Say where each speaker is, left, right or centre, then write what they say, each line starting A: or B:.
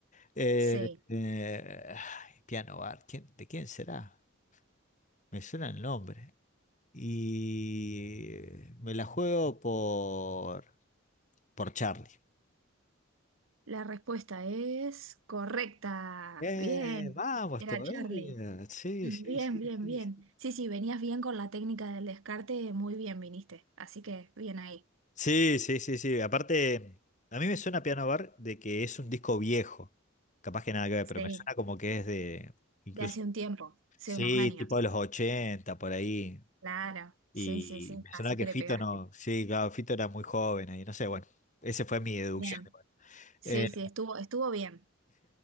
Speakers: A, on the left; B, on the right.
A: Eh,
B: Sí,
A: eh, ay, Piano Bar, ¿quién- de quién será? Me suena el nombre. Y me la juego por, por Charlie.
B: la respuesta es correcta.
A: Eh,
B: Bien,
A: vamos
B: era
A: todavía.
B: Charlie.
A: Sí,
B: <laughs> Bien,
A: sí, sí,
B: bien,
A: sí.
B: bien. Sí, sí, venías bien con la técnica del descarte, muy bien viniste. Así que bien ahí.
A: Sí, sí, sí, sí. sí. Aparte, a mí me suena Piano Bar de que es un disco viejo. Capaz que nada que ver,
B: Sí,
A: pero me suena como que es de incluso,
B: de hace un tiempo, hace
A: sí,
B: unos años.
A: tipo de los 80 por ahí.
B: Claro,
A: Y
B: sí, sí, sí,
A: me sonaba
B: así
A: que
B: que
A: Fito
B: le pegaste.
A: no, sí, claro, Fito era muy joven y no sé, bueno, esa fue mi deducción.
B: Bien.
A: igual.
B: Sí,
A: Eh,
B: sí, estuvo, estuvo bien,